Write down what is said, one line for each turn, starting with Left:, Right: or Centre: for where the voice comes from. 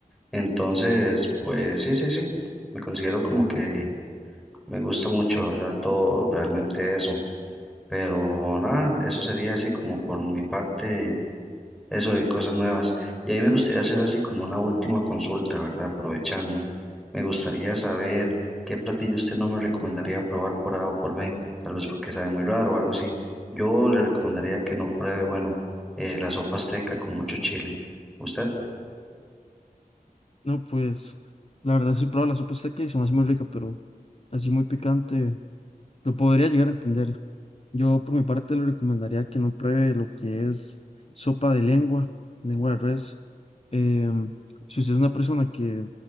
Centre: Entonces, pues sí, sí, sí, me considero como que me gusta mucho, ¿verdad? Todo realmente eso. Pero nada, eso sería así como por mi parte eso de cosas nuevas. Y ahí me gustaría hacer así como una última consulta, ¿verdad? Aprovechando. Me gustaría saber qué platillo usted no me recomendaría probar por A o por B, tal vez porque sabe muy raro o algo así. Yo le recomendaría que no pruebe, bueno, eh, la sopa azteca con mucho chile. ¿Usted?
Left: No, pues la verdad sí, probé la sopa azteca y se me hace muy rica, pero así muy picante, lo podría llegar a entender. Yo por mi parte le recomendaría que no pruebe lo que es sopa de lengua, lengua de res. Em, si usted es una persona que,